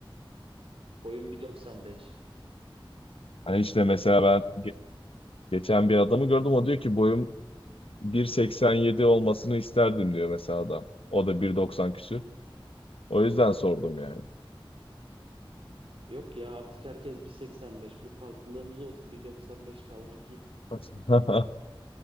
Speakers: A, on the right; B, on the left.
A: Boyum 1.95
B: Hani işte mesela
A: civarında.
B: ben ge- geçen bir adamı gördüm o diyor ki boyum 1.87 olmasını isterdim diyor mesela adam. O da 1.90 küsür. O yüzden sordum yani.
A: Yok ya artık herkes 1.85 bir farklılığımız olsun 1.95 kalmak iyidir.
B: <laughs>